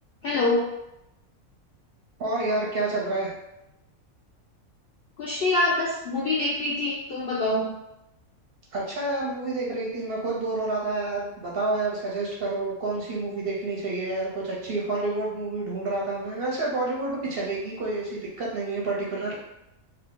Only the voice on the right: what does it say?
और यार क्या चल रहा है
अच्छा यार मूवी देख रही थी मैं खुद बोर हो रहा था यार बताओ यार सजेस्ट करो कौन सी मूवी देखनी चाहिए यार कुछ अच्छी हॉलीवुड मूवी ढूंढ रहा था मैं वैसे बॉलीवुड भी चलेगी कोई ऐसी दिक्कत नहीं है पर्टिकुलर